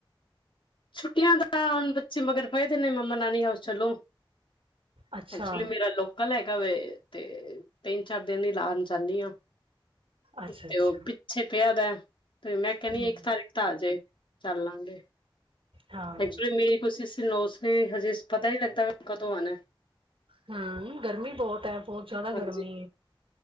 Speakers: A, on the left (about 65°); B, on the right (about 80°).
A: ਛੁੱਟੀਆਂ ਦਾ ਹੁਣ ਬੱਚੇ ਮਗਰ ਪੇ ਨੇ ਮੰਮਾ ਨਾਨੀ ਹਾਊਸ ਚਲੋ।
B: ਅੱਛਾ
A: ਐਕਚੁਲੀ ਮੇਰਾ ਲੋਕਲ ਹੈ। ਵੇ ਤੇ ਤਿੰਨ ਚਾਰ ਦਿਨ ਹੀ ਲਾਉਣ ਜਾਂਾਹਦੀ ਹਾਂ
B: ਅੱਛਾ
A: ਤੇ
B: ਅੱਛਾ
A: ਉਹ ਪਿੱਛੇ ਪਿਆਦਾ ਤੇ ਮੈਂ ਕਹਿੰਦੀ
B: ਹਮ
A: ਹਾਂ ਇੱਕ ਤਾਰੀਕ ਤਾਂ ਆ ਜੇ ਚੱਲਲਾਂਗੇ
B: ਹਾਂ
A: ਐਕਚੁਲੀ ਮੇਰੀ ਕੋਸ਼ਿਸ਼ ਸੀ ਨੌ ਸ ਨਹੀਂ ਹਜੇ ਪਤਾ ਹੀ ਲੱਗਦਾ ਕਦੋਂ ਆਉਣਾ।
B: ਹਮ ਗਰਮੀ ਬਹੁਤ ਹੈ ਬਹੁਤ ਜ਼ਿਆਦਾ
A: ਹਾਂਜੀ
B: ਗਰਮੀ